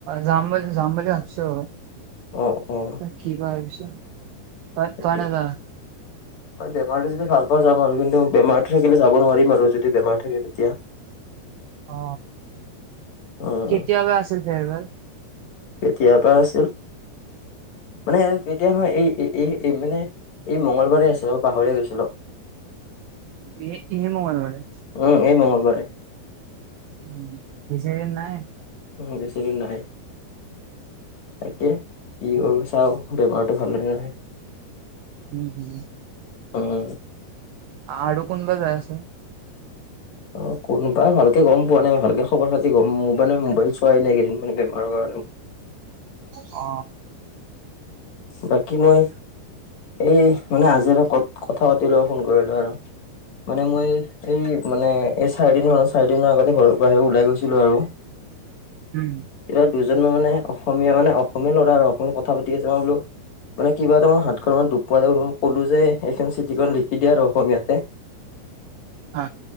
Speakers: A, on the right; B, on the left.
A: জাম জামবলি ভাবচু ৰ
B: অ অ
A: কি কৰা পিছত ত
B: তাকে।
A: তই নাজা
B: <inaudible> বেমাৰটো যদি ভাল পা যাম আৰু কিন্তু বেমাৰটো থাকিলে যাব নোৱাৰিম আৰু যদি বেমাৰ থাকে তেতিয়া <inaudible>
A: অ
B: উম।
A: কেতিয়াবা আছিল ফেয়ৰবেল
B: কেতিয়াৰ পৰা আছিল মানে তেতিয়া হয়য এই মানে এই মংগলবাৰে আছিলে মই পাহৰিয়ে গৈছিলো
A: ই ই মোবাইল মানে
B: উম এই মংগলবাৰে
A: উ বিচিদিন নাই
B: উ বেছিদিন নাই তাকে কি
A: অ
B: কৰো চাও গেই বাৰটো ভালে নে
A: উম উম
B: অ <unintelligible>
A: আৰু কোনোবাই যায় আছে
B: অ কোনোবা ভালকে গ'ম পোৱা নাই ভালকে খবৰ খাতি গম মোবাই নাই মোবাইল চোৱাই কেইদিনানে বেমাৰৰ কাৰণে
A: অ
B: উ বাকী মই এ মানে আজি এ ক কথা পাতি ল ফোন কৰিলো আৰু মানে মই এই মানে এই চাৰিদিন হল চাৰিদিনৰ আগতে ঘৰ বাহিৰে ওলাই গৈছিলো আৰু
A: হম
B: তেতিয়া দুজন ম মানে অসমীয়া মানে অসমীয়া ল'ৰা আৰু অসমীয়া কথা পাতি আছে মই বোলো মানে কিবা এটা মই হাতখন মান দুুব পোৱালই ক'লো যে এইখন চিঠিখন লিখি দিয়া আৰু অসমীয়াতে
A: অ